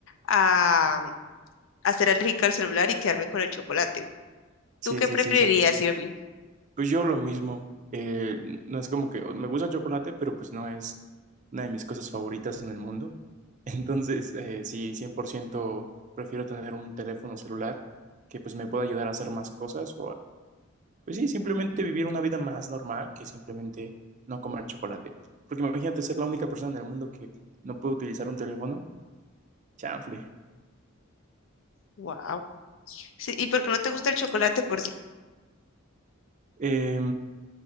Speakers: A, on the left (about 65°); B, on the right (about 35°).
A: ah, a ser alérgica al celular y quedarme con el chocolate.
B: Sí,
A: ¿Tú qué
B: sí,
A: preferirías,
B: sí, sí.
A: Irving?
B: Pues yo lo mismo. Eh, no es como que me gusta el chocolate, pero pues no es una de mis cosas favoritas en el mundo. <laughs> Entonces, eh, sí, 100% prefiero tener un teléfono celular que pues me pueda ayudar a hacer más cosas pues sí, simplemente vivir una vida más normal que simplemente no comer chocolate. Porque imagínate ser la única persona en el mundo que no puede utilizar un teléfono. Chanfle.
A: Wow. Sí, ¿y por qué no te gusta el chocolate por sí?
B: Eh,